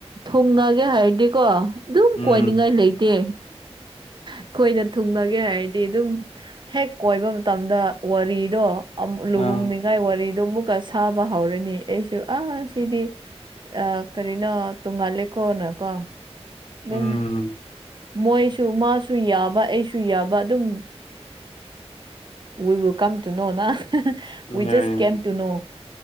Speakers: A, on the right; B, on the left.
A: ꯊꯨꯡꯅꯒꯦ ꯍꯥꯏꯔꯗꯤꯀꯣ ꯑꯗꯨꯝ
B: ꯎꯝ
A: ꯀꯣꯏꯅꯤꯡꯉꯥꯏ ꯂꯩꯇꯦ ꯑꯩꯈꯣꯏꯅ ꯊꯨꯡꯅꯒꯦ ꯍꯥꯏꯔꯗꯤ ꯑꯗꯨꯝ ꯍꯦꯛ ꯀꯣꯏꯕ ꯃꯇꯝꯗ ꯋꯥꯔꯤꯗꯣ ꯑꯝ ꯂꯨꯍꯨꯡꯅꯤꯡꯉꯥꯏ
B: ꯑ
A: ꯋꯥꯔꯤꯗꯣ ꯑꯃꯨꯛ ꯀꯟꯁ ꯁꯥꯕ ꯍꯧꯔꯅꯤ ꯑꯩꯁꯨ ꯑꯥ ꯁꯤꯗꯤ ꯑ ꯀꯔꯤꯅꯣ ꯇꯨꯝꯃꯜꯂꯤꯀꯣꯅꯀꯣ ꯑꯗꯨꯝ
B: ꯎꯝ
A: ꯃꯣꯏꯁꯨ ꯃꯥꯁꯨ ꯌꯥꯕ ꯑꯩꯁꯨ ꯌꯥꯕ ꯑꯗꯨꯝ ꯋꯤ ꯋꯤꯜ ꯀꯝ ꯇꯨ ꯅꯣ ꯅ ꯋꯤ
B: ꯌꯥꯏ
A: ꯖꯁ ꯀꯦꯝ ꯇꯨ ꯅꯣ